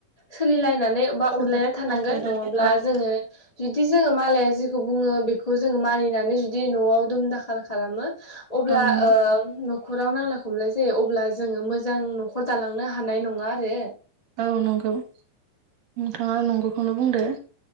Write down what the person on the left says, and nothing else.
सोलिलायनानै बा
अनलायना थानांगोन
नङाब्ला
जोङो जु दि जोङो मालाया जेखौ बुङो बिखौ जोङो मानिनानै जुदि न'आव दुम दाखाल खालामो। अब्ला
ओं खराव नांलाय खमलाय जायो अब्ला जोङो मोजां न' खर दालांनो हानाय नङा आरो